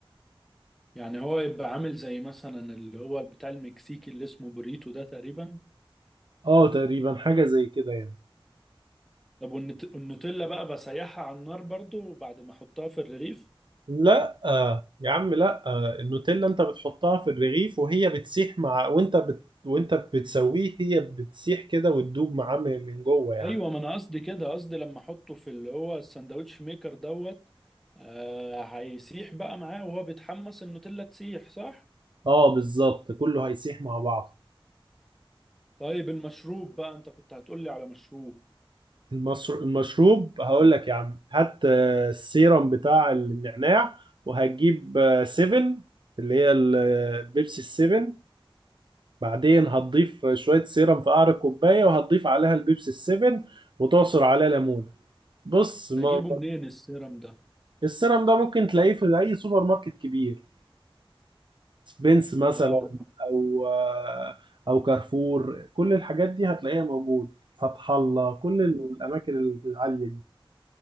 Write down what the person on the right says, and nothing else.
اه تقريبا حاجة زي كده يعني
لا آه، يا عم لا آه، النوتيلا انت بتحطها في الرغيف وهي بتسيح مع وانت بت... وانت بتسويه هي بتسيح كده وتدوب معاه من من جوه يعني
اه بالظبط كله هيسيح مع بعض
المصر... المشروب هقول لك يا عم هات آه، السيرم بتاع النعناع وهتجيب آه، سيفن اللي هي ال- آه، البيبسي السيفن بعدين هتضيف شوية سيرم في قعر الكوباية وهتضيف عليها البيبسي السيفن وتعصر عليها ليمون بص ما...
السيرم ده ممكن تلاقيه في أي سوبر ماركت كبير سبينس مثلا
أو آه، أو كارفور كل الحاجات دي هتلاقيها موجود فتح الله كل الأماكن العالية دي